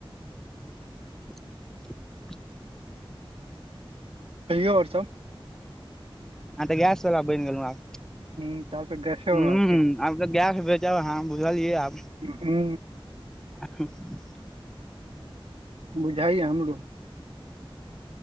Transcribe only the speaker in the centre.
<inaudible>
आह तऽ गैस वला बैन गेलौ आब
हु
आब तऽ गैस बेचब अहाँ बुझलियै आब
<inaudible>